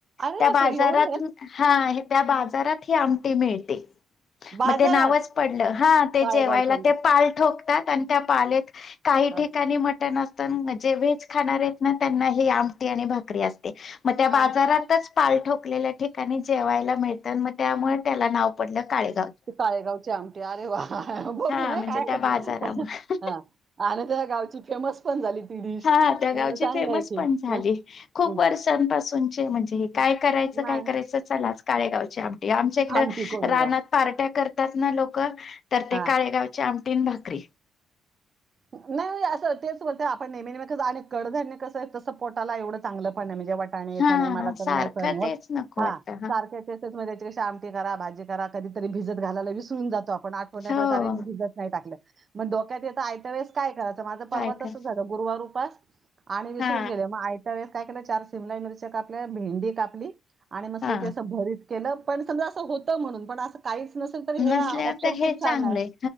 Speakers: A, on the right; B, on the left.
A: अरे
B: त्या
A: बापरे
B: बाजारात
A: एवढं आहे?
B: हा त्या बाजारात ही आमटी मिळते
A: बाजारात
B: मग ते नावच पडलं हा ते
A: काळेगावची
B: जेवायला
A: आमटी
B: ते पाल ठोकतात आणि त्या पालेत काही
A: हा,
B: ठिकाणी मटण असतं जे व्हेज खाणारे आहेत ना त्यांना ही आमटी आणि भाकरी असते मग त्या
A: अरे
B: बाजारातच पाल ठोकलेल्या ठिकाणी जेवायला मिळतं मग त्यामुळे त्याला नाव पडलं काळे.
A: ते काळेगावचे आमटे अरे वा! बघू
B: हा
A: ना
B: म्हणजे
A: काय
B: त्या बाजारामुळे
A: पण आणि, गावची फेमस पण झाली ती डिश
B: हा त्या गावची
A: चांगलं
B: फेमस
A: आहे की
B: पण झाली.
A: हं,
B: खूप
A: हं.
B: वर्षांपासूनचे म्हणजे, हे काय करायचे?
A: नाही
B: काय करायचं चला आज काळेगाव आ आमच्या इकडं
A: आमटी करूया
B: रानात पार्ट्या करतात ना लोक तर ते
A: हा
B: काळेगावच्या आ तिन भाकरी
A: नाही असं तेच होतं आपण नेहमी आणि कडधान्य कसं तसं पोटाला एवढं चांगलं पण आहे म्हणजे वाट आणि याच
B: हा
A: नाही ते मला तर
B: सारखं
A: नाही सहन होत
B: तेच नको
A: हा
B: वाटत
A: सारखं च या मधे आमट करा भाजी करा कधीतरी भिजत घालायला विसरून जातो आपण आठवण्या
B: हो
A: पडते मी भिजत नाही टाकलं मग डोक्यात येतं आयत वेळेस काय करायचं माझं पर्वा
B: काय
A: तसं
B: कर
A: झालं गुरुवार उपास आणि विसरून
B: हा
A: गेले मग आयत्या वेळेस काय केलं चार शिमला मिरच्या कापल्या भेंडी कापली आणि मस्त
B: हा
A: की असं भरीत केलं पण समजा असं होतं म्हणून पण असं काहीच नसल तर
B: नसल्या
A: हे ऑप्शन
B: तर
A: खूप
B: हे चांगलंय
A: छान आहे